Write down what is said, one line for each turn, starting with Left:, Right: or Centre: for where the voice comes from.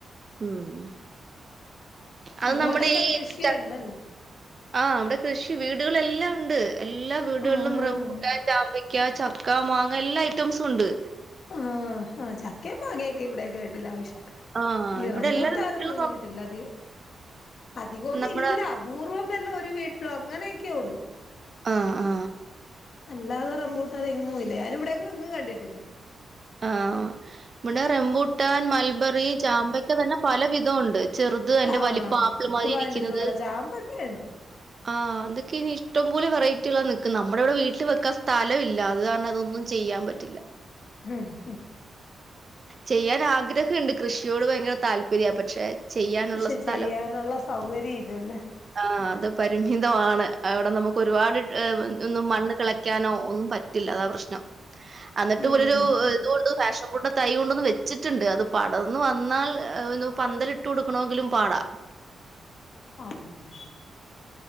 Right: ഉം അത്
Left: അങ്ങോട്ടൊക്കെ
Right: നമ്മുടെ ഈ
Left: കൃഷിയുണ്ടല്ലേ
Right: ച ആ അവിടെ കൃഷി വീടുകളെല്ലാം ഉണ്ട് എല്ലാ വീടുകളിലും
Left: ആഹ്
Right: റംബൂട്ടാൻ ചാമ്പ ക്ക, ചക്ക, മാങ്ങ എല്ലാ ഐറ്റംസും ഉണ്ട്.
Left: ആ ആ ചക്കയും മാങ്ങയൊക്കെ ഇവിടെയൊക്കെ ഇട്ടിലാവശ്യ.
Right: ആ
Left: ഇ
Right: ഇവിടെ
Left: റംബൂട്ടാനൊന്നും
Right: എല്ലാ വീട്ടിലും
Left: ഇങ്ങോട്ടില്ല
Right: നം
Left: അധികം അധികന്നും
Right: നമ്മുടെ
Left: ഇല്ല. അപൂർവം വല്ലാം ഒരു വീട്ടിലോ അങ്ങനെയൊക്കെയെ ഉള്ളൂ.
Right: ആഹ് ആ
Left: അല്ലാതെ റംമ്പൂട്ടൻ എങ്ങും ഇല്ല ഞാനിവിടെ എങ്ങും കണ്ടിട്ടില്ല.
Right: ആഹ് ഇവടെ റംബൂട്ടൻ, മൽബറി, ചാമ്പയ്ക്ക തന്നെ പല വിധം ഉണ്ട്. ചെറുത് അയിന്റെ
Left: ആഹ്
Right: വലിപ്പം ആപ്പിൾ മാതിരി
Left: വലുതോള
Right: ഇരിക്കുന്നത്.
Left: ചാമ്പൊക്കെ ഉണ്ട്
Right: ആഹ് ഇതൊക്കെനി ഇഷ്ടംപോലെ വെറൈറ്റികള നിക്കുന്നെ നമ്മുടെ ഇവിടെ വീട്ടില് വെക്കാൻ സ്ഥലമില്ല അത് കാരണം അതൊന്നും. ചെയ്യാംപറ്റില്ല.
Left: <unintelligible>
Right: ചെയ്യാനാഗ്രഹണ്ട് കൃഷിയോട് ഭയങ്കര താല്പര്യ പക്ഷെ. ചെയ്യാനുള്ള
Left: പക്ഷെ
Right: സ്ഥലം
Left: ചെയ്യാനുള്ള സൗകര്യ ഇല്ലല്ലേ.
Right: ആ അത് പരിമിതമാണ് അവിടെ നമുക്ക് ഒരുപാട് ഒന്നും മണ്ണ്കളെ ക്കാനോ ഒന്നും പറ്റില്ല അതാ പ്രശ്നം അന്ന്ട്ട്
Left: ഉം
Right: പോലൊരുഇതുണ്ട്
Left: ഉം
Right: ഫാഷൻ ഫ്രൂട്ട്. തൈ കൊണ്ടൊന്ന് വെച്ചിട്ടുണ്ട് അത് പടർന്ന് വന്നാൽ പന്തലിട്ട് കൊടുക്കണങ്കിലും പാടാ.
Left: ആഹ്